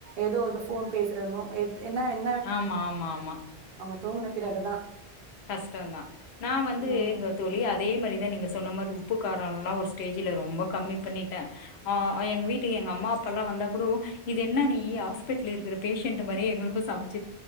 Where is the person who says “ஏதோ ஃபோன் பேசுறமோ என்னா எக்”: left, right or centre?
Right